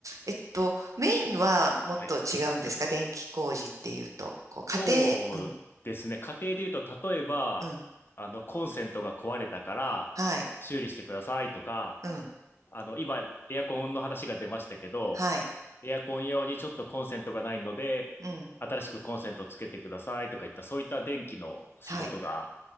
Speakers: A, on the right (about 90°); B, on the left (about 45°).
A: えっと、メインはもっと違うんですか電気工事っていうと。
B: はい。
A: こう、
B: そうですね。
A: 家庭、うん、
B: 家庭で言うと、例えば、
A: うん、
B: あの、コンセントが壊れたから、
A: はい、
B: 修理してくださいとか、
A: うん、
B: あの、今、エアコンの話が出ましたけど、
A: はい、
B: エアコン用にちょっとコンセントがないので、
A: うん、
B: 新しくコンセントをつけてくださいとかいった、そういった電気の仕事が
A: はい。